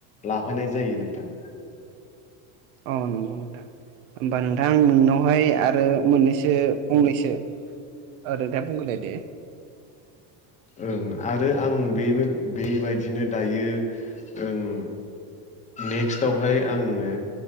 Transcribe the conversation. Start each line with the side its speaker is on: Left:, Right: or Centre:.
Left: लाफानाय जायो नोंथां।
Right: अ नंगौ नोंथां होमबा नोंथां नोंनावहाय आरो मोननैसो फंनैसो ओ नोंथा बुंगोरलाय दे
Left: ओं आरो आं बेबो बेबायदिनो दायो ओं नेक्स्टआवहाय आङो